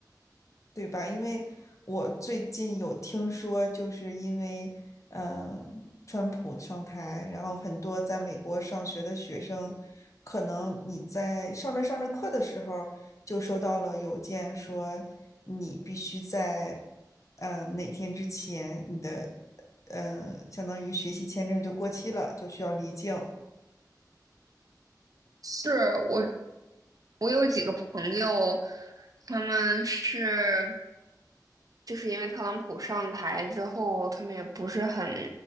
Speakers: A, on the left; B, on the right.
A: 对吧？因为我最近有听说，就是因为嗯、呃川普上台，然后很多在美国上学的学生，可能你在上着上着课的时候，就收到了邮件说你必须在嗯、呃哪天之前，你的嗯、呃相当于学习签证就过期了，就需要离境。
B: 是我，我有几个朋友，他们是。就是因为特朗普上台之后，他们也不是很